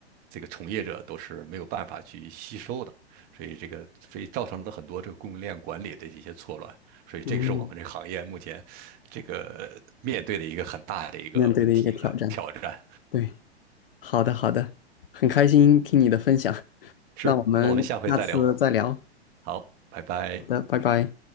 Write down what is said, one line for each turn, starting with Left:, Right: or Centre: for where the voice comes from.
Right: 这个从业者都是没有办法去吸收的，所以这个所以造成了很多这个供应链管理的一些错乱，所以这个是我们这个行业目前这个面对的一个很大的一个问题和挑战。
Left: 嗯，面对的一个挑战。对，好的好的，很开心听你的分享。
Right: 是，
Left: 那我们下次再聊。
Right: 那我们下回再聊，好，拜拜。
Left: 好的，拜拜。